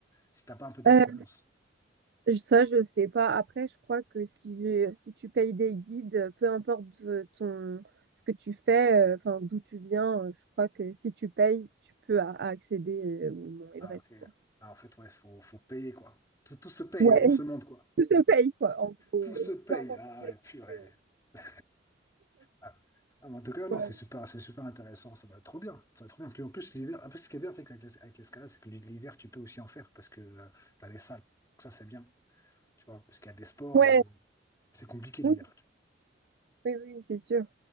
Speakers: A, on the left; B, on the right.
A: Si t'as pas un peu d'expérience.
B: on- Je- Ça, je sais pas. Après, je crois que si, si tu payes des guides, euh, peu importe euh, ton, ce que tu fais, euh, enfin, d'où tu viens, euh, je crois que si tu payes, tu peux a- accéder euh, au Mont Everest,
A: Ah, ok.
B: quoi.
A: Ah, en fait, ouais, faut, faut payer, quoi. Tout, tout se paye
B: Ouais,
A: dans ce monde,
B: <laughs>
A: quoi.
B: tout se paye, quoi, en gros,
A: Tout se paye.
B: peu importe
A: Ah,
B: ton
A: ouais,
B: expérience.
A: purée. <laughs> Ah, Ah, mais en tout cas, non,
B: Ouais,
A: c'est super,
B: <laughs>
A: c'est super intéressant. Ça va être trop bien. Ça va être trop bien. Puis en plus, l'hiver, un peu ce qui est bien avec avec l'es- avec l'escalade, c'est que l'hiver, tu peux aussi en faire parce que tu as les salles. Donc ça, c'est bien. Tu vois, parce qu'il y a des sports,
B: Ouais.
A: euh, c'est compliqué
B: oui,
A: l'hiver.
B: oui, oui, c'est sûr.